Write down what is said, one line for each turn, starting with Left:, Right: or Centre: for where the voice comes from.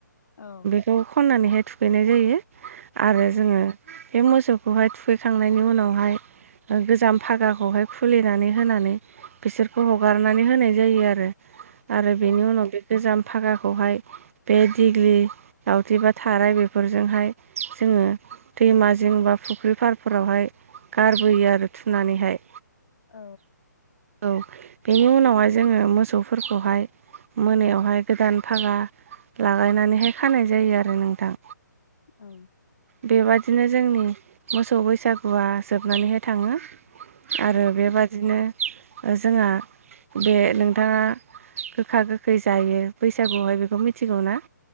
Left: औ
Right: खौ खननानैहाय थुखैनाय जायो आरो
Left: औ
Right: जोङो बे मोसौखौहाय थुखैखांनायनि उनावहाय ओ गोजाम फागाखौहाय खुलिनानै होनानै बिसोरखौ हगारनानै होनाय जायो आरो आरो
Left: औ
Right: बेनि उनाव बे गोजाम फागाखौहाय बे दिग्लि लावथि बा थाराय बेफोरजोंहाय जोङो दैमा जिं बा फुख्रि फारफोरावहाय गारबोयो आरो थुनानैहाय
Left: औ
Right: औ बेनि उनावहाय जोङो मोसौफोरखौहाय मोनायावहाय गोदान फागा लागायनानैहाय खानाय जायो आरो नोंथां
Left: औ
Right: बेबादिनो जोंनि मोसौ बैसागुआ जोबनानैहाय थाङो आरो
Left: ओं
Right: बेबादिनो ओ जोंहा बे नोंथाङा गोखा गोखै जायो बैसागुआवहाय बेखौ मिथिगौ ना